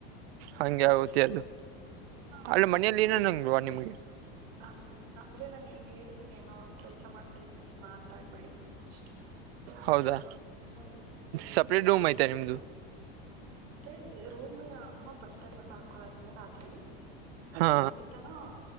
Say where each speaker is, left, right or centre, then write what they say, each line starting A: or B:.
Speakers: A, on the right; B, on the right.
A: ಹಂಗೆ ಆಗತಿ ಅದು
B: ಹ್ಮ್
A: ಅಲ್ಲಿ ಮನೆಯಲ್ಲಿ ಏನ ನಂಗವಾ ನಿಮ ಹ
B: ಹ ಅಂದ್ರೆ ನಾನು ಹೇಗ್ ಹೇಳಿದ್ದೀನಿ ಏನೋ ಕೆಲ್ಸ ಮಾಡ್ತಾ ಇದ್ದೀನಿ ಮಾತಾಡ್ಬೇಡಿ ಅಂತ ಅಷ್ಟೆ
A: ಹೌದಾ
B: ಹ್ಮ್
A: ಸಪ್ರೇಟ್ ರಡೂಮ್ ಐ್ತಾ ನಿಮ್ದು
B: ಅಂದ್ರೆ ರೂಮ್ ಅಮ್ಮ ಬರ್ಸ್ತಾರಲ್ಲ ಮಲ್ಕೊಳಕ ರಾತ್ರಿ
A: ಹಾ
B: ಸಂಗೀತನ